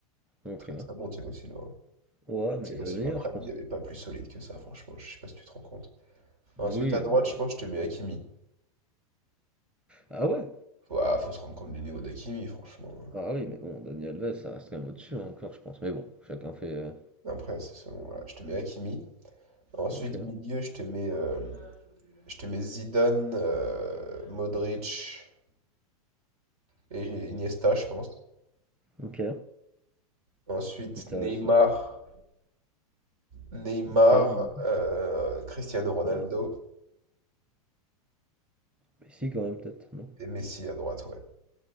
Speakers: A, in the centre; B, on the right (about 70°).
A: Ok.
B: très très bon Thiago Silva.
A: Ouais, mais
B: Thiago
A: il y a
B: Silva
A: des meilleurs,
B: Prime,
A: je pense.
B: il n'y avait pas plus solide que ça, franchement, je sais pas si tu te rends compte. Ensuite,
A: Oui,
B: à droite,
A: mais...
B: je pense que je te mets Hakimi.
A: Ah ouais?
B: Faut, ah, faut se rendre compte du niveau d'Hakimi, franchement.
A: Ah oui, mais bon, Daniel Alves, ça reste quand même au-dessus hein, encore, je pense. Mais bon, chacun fait... euh,
B: Après, c'est selon, voilà, je te mets Hakimi. Ensuite,
A: Ok.
B: milieu, je te mets, euh, je te mets Zidane, euh, Modric et Iniesta, je pense.
A: Ok.
B: Ensuite,
A: Intéressant.
B: Neymar, Neymar,
A: Ok. il me-
B: euh, Cristiano Ronaldo
A: Ah, Messi quand même, peut-être, non?
B: et Messi à droite, ouais.